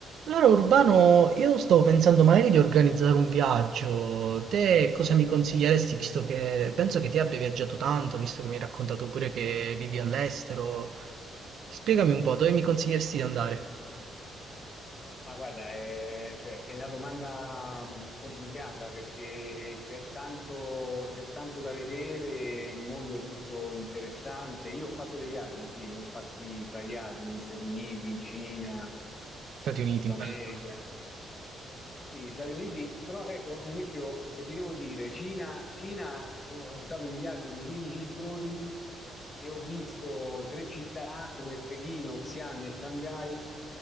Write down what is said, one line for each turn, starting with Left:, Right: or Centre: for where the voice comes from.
Right: Allora Urbano, io stavo pensando magari di organizzare un viaggio. Te cosa mi consiglieresti, visto che penso che ti abbia viaggiato tanto, visto che mi hai raccontato pure che vivi all'estero? Spiegami un po', dove mi consiglieresti di andare?
Left: Ma guarda, è, cioè, è una domanda mh, complicata perché c'è tanto, c'è tanto da vedere, il mondo è tutto interessante. Io ho fatto dei viaggi, sì, ne ho fatti svariati negli Stati Uniti, in Cina,
Right: Stati Uniti.
Left: Sud America.
Right: Bello.
Left: Gli Stati Uniti, però ecco, per esempio, se ti devo dire, Cina, Cina sono- è stato un viaggio di 15 giorni e ho visto tre città come Pechino, Xi'an e Shanghai